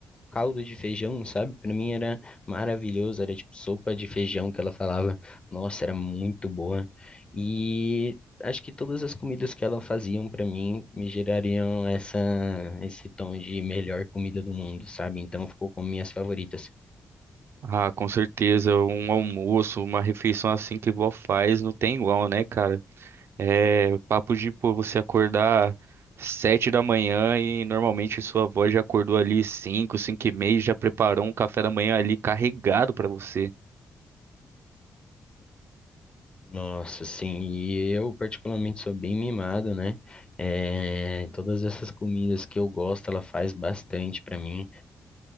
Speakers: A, on the left; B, on the right.
A: caldo de feijão, sabe? Pra mim era maravilhoso, era tipo sopa de feijão que ela falava. Nossa, era muito boa. E acho que todas as comidas que ela faziam pra mim me gerariam essa esse tom de melhor comida do mundo, sabe? Então ficou como minhas favoritas.
B: Ah, com certeza, um almoço, uma refeição assim que vó faz não tem igual, né, cara? É papo de, pô, você acordar sete da manhã e normalmente sua avó já acordou ali cinco, cinco e meia, e já preparou um café da manhã ali carregado pra você.
A: Nossa, sim, e eu particularmente sou bem mimado, né? É, todas essas comidas que eu gosto, ela faz bastante pra mim.